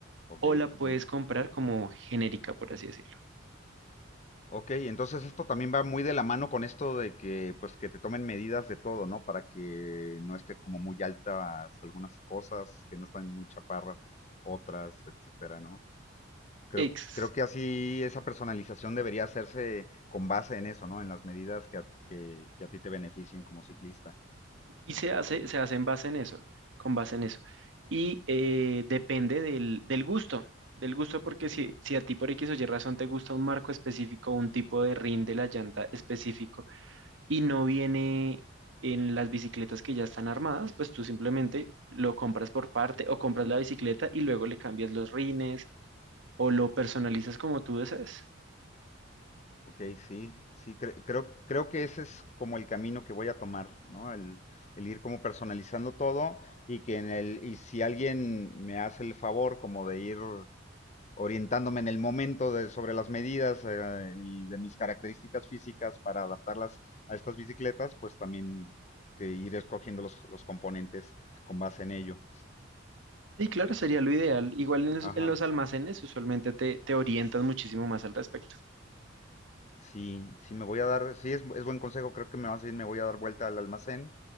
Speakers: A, on the left (about 35°); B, on the right (about 75°).
A: Ok.
B: o la puedes
A: ujú.
B: comprar como genérica, por así decirlo.
A: Ok, entonces esto también va muy de la mano con esto de que, pues, que te tomen medidas de todo, ¿no? Para que no esté como muy altas algunas cosas, que no están muy chaparras otras, etcétera, ¿no? Creo,
B: Ex-
A: creo que así esa personalización debería hacerse con base en eso, ¿no? En las medidas que a, que, que a ti te beneficien como ciclista.
B: Y se hace, se hace en base en eso, con base en eso. Y eh, depende del, del gusto, del gusto porque si, si a ti por X o Y razón te gusta un marco específico, un tipo de rin de la llanta específico y no viene en las bicicletas que ya están armadas, pues tú simplemente lo compras por parte o compras la bicicleta y luego le cambias los rines o lo personalizas como tú desees.
A: Ok, sí, sí, cre- creo, creo que ese es como el camino que voy a tomar, ¿no? El, el ir como personalizando todo y que en el, y si alguien me hace el favor como de ir orientándome en el momento de, sobre las medidas eh, y de mis características físicas para adaptarlas a estas bicicletas, pues también que ir escogiendo los, los componentes con base en ello.
B: Sí, claro, sería lo ideal. Igual en los,
A: Ajá.
B: en los almacenes usualmente te, te orientan muchísimo más al respecto.
A: Sí, sí me voy a dar, sí es, es buen consejo, creo que me más bien me voy a dar vuelta al almacén